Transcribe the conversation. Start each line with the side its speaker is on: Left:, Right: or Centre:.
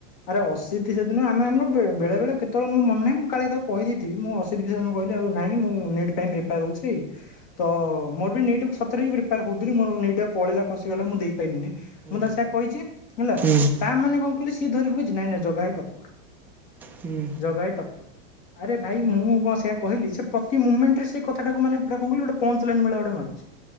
Left: ଆରେ ଅଶିତ ସେଦିନ ଆମେ ଆମେ ବେଳେ ବେଳେ କେତବେଳେ ମୋ ମନ ନାହିଁ ମୁଁ କାଳେ ତାକୁ କହିଦେଇଥିବି ମୁଁ ସେ ଦି ଜଣଙ୍କୁ କହିଲି ଆଉ ନାଇଁ ମୁଁ ନିଡ୍ ପାଇଁ ପ୍ରିପାର ହଉଛି ତ ମୋର ବି ନିଟ ସତରେ ବିର ପାର୍ ହଉ ଥିଲି ମୋର ନେଇଟା ପଳେଇଲା ଖସିଗଲା ମୁଁ ଦେଇପାଇଲିିନି। ମୁଁ ତକୁ
Centre: ହୁଁ
Left: ସେୟା କହିଛି ହେଲା
Centre: ହୁଁ।
Left: ତା ମାନେ କଣ କହିଲୁ ସିଏ ଧରିକି ବଇଚି ନାଇଁ ନାଇଁ ଜଗା ଭାଇ ଟପର।
Centre: ହୁଁ।
Left: ଜଗାହାଇ ଟପ୍ପର। ଆରେ ଭାଇ ମୁଁ କ, ଣ ସେୟା କହିଲି ସେ ପ୍ରତି ମୁମେଣ୍ଟରେ ସେ କଥାା ଟାକୁ ମାନେ ପୁରା କଣ କହିଲୁ ଗୋଟେ ପଞ୍ଚ ଲାଇନ୍ ଭଳିଆ ଗୋଟେ ମାରୁଛି।